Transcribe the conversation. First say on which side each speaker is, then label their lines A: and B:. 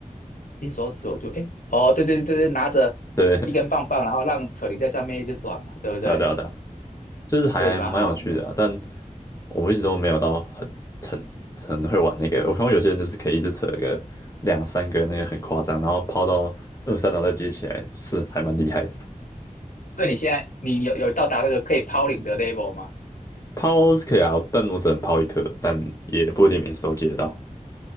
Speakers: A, on the left; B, on the left.
A: 金手指我就哎，哦对对对对对，拿着一根棒棒，
B: 的对，
A: 然后让扯铃在上面一直转嘛，对不对？
B: 对啊，对啊，对啊，就是还蛮有趣的啊，
A: 这也蛮好玩的。
B: 但我一直都没有到很很很会玩那个。我看过有些人就是可以一直扯一个两三个那个很夸张，然后抛到二三楼再接起来，是还蛮厉害的。
A: 对你现在你有有到达那个可以抛领的 level 吗？
B: 抛是可以啊，但我只能抛一颗，但也不一定每次都接得到。